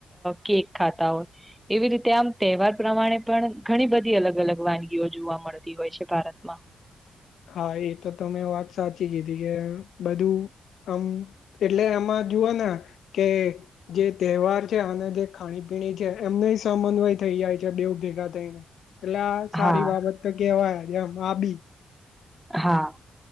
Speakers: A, in the centre; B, on the left.
A: કેક ખાતા હોય. એવી રીતે આમ તહેવાર પ્રમાણે પણ ઘણી બધી અલગ અલગ વાનગીઓ જોવા મળતી હોય છે ભારત. બ.
B: હા એ તો ત મેં વાત સાચી કીધી કે બધું. આમ એટલે આમાં જોુવાના કે. જે તહેવાર છે અને જે ખાણી પીણી છે એમને સમન્વય થઈ જાય છે બેવ ભેગા થઈને. એટલે આ
A: હા
B: સારી બાબત તો કેવાયજ એમ આ બી.
A: હા.